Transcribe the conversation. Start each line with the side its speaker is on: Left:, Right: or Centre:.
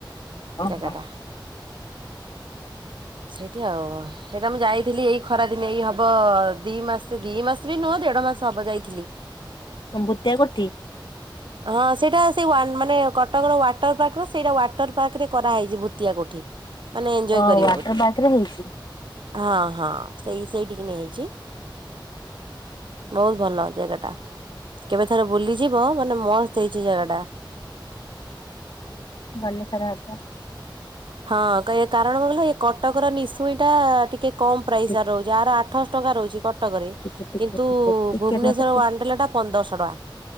Left: ଓହୋ
Right: ଜାଗାଟା ସେଇଠି ଆଉ। ସେଇଟା ମୁଁ ଯାଇଥିଲି ଏଇ ଖରା ଦିନେ, ଏଇ ହବ ଦି ମାସ୍‌, ଦି ମାସ୍‌ ବି ନୁହଁ ଦେଢ଼ ମାସ୍‌ ହବ ଯାଇଥିଲି।
Left: ଭୂତିଆ କୋଠି।
Right: ହଁ, ସେଇଟା ସେଇ ମାନେ କଟକର ୱାଟର୍ ପାର୍କ ର ସେଇରା ୱାଟର୍ ପାକେ ରେ କରା ହେଇଚି ପଠିଆପଠି ମାନେ ଏନ୍ଜୟ
Left: ଓ
Right: କରବା
Left: ୱାଟର
Right: ବୋଲି।
Left: ପାର୍କ ରେ ହେଇଛି।
Right: ହଁ ହଁ, ସେଇ ସେଇଠିକି ନେଇ ଆଇଚି। ବହୁତ ଭଲ ଜାଗାଟା। କେବେ ଥରେ ବୁଲି ଯିବ? ମସ୍ତ ହେଇଛି ସେ ଜାଗାଟା।
Left: ଗଲେ ଥରେ ହବ।
Right: ହଁ କାରଣ କଣ କହିଁଲ? ଏ କଟକର ନିଶୁଣଟା ଟିକେ କମ୍ ପ୍ରାଇସର
Left: ଟିକେ
Right: ରହୁଛି। ଆ ର ଆଠଶହ ଟଙ୍କା ରହୁଚି। କଟକରେ
Left: ଟିକେ
Right: କିନ୍ତୁ
Left: ଟିକେ ଟିକେ
Right: ଭୁବନେଶ୍ଵର
Left: ରୁହ ତ
Right: ୱାଣ୍ଡ୍ରେଲା ଟା ପନ୍ଦରଶହ ଟଙ୍କା।